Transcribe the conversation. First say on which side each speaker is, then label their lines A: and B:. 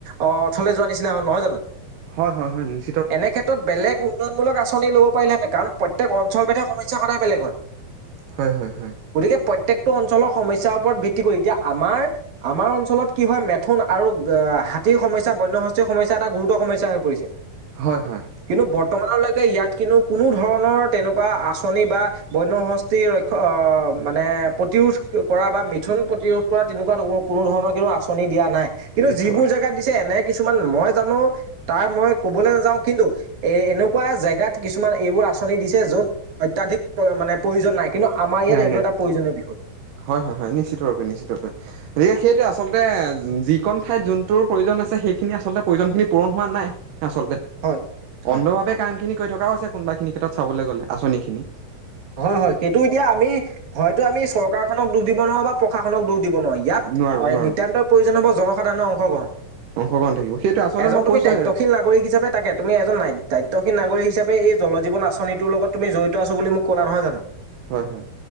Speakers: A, on the right; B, on the right.
A: অ অথলে যোৱা নিচিনা হ'ল নহয় জানো।
B: হয় হয় হয় নিশ্চয়।
A: এনে ক্ষেত্ৰত বেলেগ উন্নয়নমূলক আচনি, ল'ব পাৰিলেহেতেন‌ কাৰণ প্ৰত্যেক অঞ্চলভেদে সমস্যা সদাই বেলেগ হয়।
B: হয় হয় হয়।
A: গতিকে প্ৰত্যেকটো অঞ্চলৰ সমস্যাৰ ওপৰত ভিত্তি কৰি এতিয়া আমাৰ আমাৰ অঞ্চলত কি হয় মেথোন, আৰু আহ হাতীৰ, সমস্যা বন্য হস্তীৰ সমস্যা এটা গুৰুত্ব সমস্যা হৈ পৰিছে।
B: হয় হয়।
A: কিন্তু বৰ্তমানলৈকে ইয়াত কিন্তু কোনো ধৰণৰ তেনেকুৱা আঁচনি বা বন্য হস্ত। যি ৰক্ষ অ মানে। প্ৰতিৰোধ কৰা বা মিথোন, প্ৰতিৰোধ কৰা তেনেকুৱা কোনো ধৰণৰ কন্তু আঁচনি দিয়া নাই। কিন্তু
B: দেখাবা
A: যিবোৰ জেগাত দিছে এনে কিছুমান মই জানো। তাৰ মই ক'বলৈ নাযাওঁ কিন্তু এ এনেকুৱা জেগাত কিছুমান এইবোৰ আঁচনি, দিছে য'ত অত্যাধিক মানে প্ৰয়োজন নাই কিন্তু আমাৰ ইয়াত
B: নাই
A: এইটো
B: নাই
A: এটা প্ৰয়োজনীয় বিষয়।
B: হয় হয় হয় নিশ্চিতৰূপে- নিশ্চিতৰূপে। এইয়া সেইটোৱে আচলতে যিকণ ঠাইত যোনটোৰ প্ৰয়োজন আছে সেইখিনি আচলতে প্ৰয়োজনখিনি পূৰণ হোৱা নাই। আচলতে
A: হয়, হয়,
B: অন্ধভাৱে কাম খিনি কৰি থকাও আছে কোনোবা খিনি ক্ষেত্ৰত চাবলৈ গ'লে আচনি, খিনি।
A: হয় হয় সেইটো এতিয়া আমি হয়তো আমি চৰকাৰখনক দোষ দিব নোৱাৰো বা প্ৰশাসনক দোষ দিব নোৱাৰি। ইয়াত
B: নোৱাৰো নোৱাৰো
A: নিতান্তই প্ৰয়োজন হ'ব জনসাধাৰণৰ অংশগ্ৰহণ।
B: অংশগ্ৰহণ থাকিব সেইটো আচলতে
A: এজন
B: মই
A: তুমি
B: কৈছোৱে
A: দায়িত্বশীল নাগৰিক হিচাপে তাকে তুমি এজন নাইত দায়িত্বশীল নাগৰীক হিচাপে এই জল জীৱন আঁচনিটোৰ লগত তুমি জড়িত আছো বুলি মোক ক'লা নহয় জানো?
B: হয়, হয়।